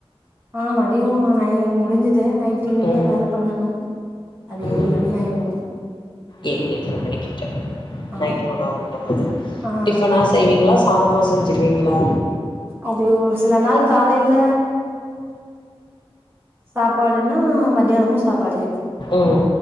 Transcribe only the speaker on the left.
ம்
ம்
ஏழு எட்டரை மணிக்கிட்ட
நைட் உணவு உண்டும்போது
டிஃபன்னா
செய்வீங்ளா சாதமா செஞ்சுருவிங்களா
ம்